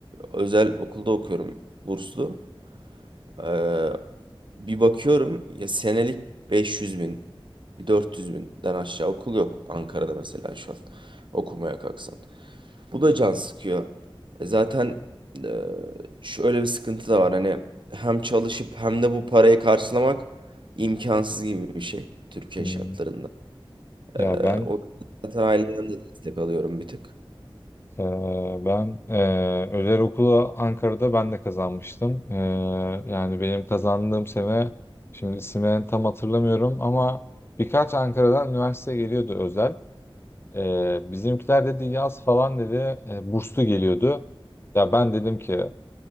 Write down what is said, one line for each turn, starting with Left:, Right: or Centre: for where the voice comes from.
Right: özel okulda okuyorum burslu. Ee, bir bakıyorum ya senelik 500 bin, 400 binden aşağı okul yok Ankara'da mesela şu an okumaya kalksan. Bu da can sıkıyor. E Zaten e, şöyle bir sıkıntı da var. Hani hem çalışıp hem de bu parayı karşılamak imkansız gibi bir şey Türkiye
Left: hı.
Right: şartlarında.
Left: ya
Right: Ee,
Left: ben
Right: o zaten aileden de destek alıyorum bir tık.
Left: Ee, ben e, özel okulu Ankara'da ben de kazanmıştım. Ee, yani benim kazandığım sene şimdi isimlerini tam hatırlamıyorum ama birkaç Ankara'dan üniversite geliyordu özel. Ee, bizimkiler dedi yaz falan dedi e, burslu geliyordu. Ya ben dedim ki